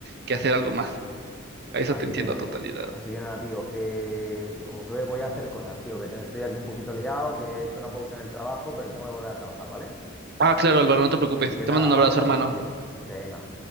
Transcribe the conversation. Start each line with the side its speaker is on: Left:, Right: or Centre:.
Right: que hacer algo más. A eso
Centre: Así
Right: te entiendo
Centre: que nada,
Right: a totalidad.
Centre: así que nada, tío. Eh, Josué, voy a hacer cosas, tío, que tengo- estoy aquí un poquito liado, que he hecho una pausa en el trabajo, pero tengo que volver a trabajar, ¿vale?
Right: Ah, claro, Álvaro, no te preocupes.
Centre: Así que
Right: Te
Centre: nada,
Right: mando un
Centre: vamos
Right: abrazo,
Centre: hablando,
Right: hermano.
Centre: tío. Venga.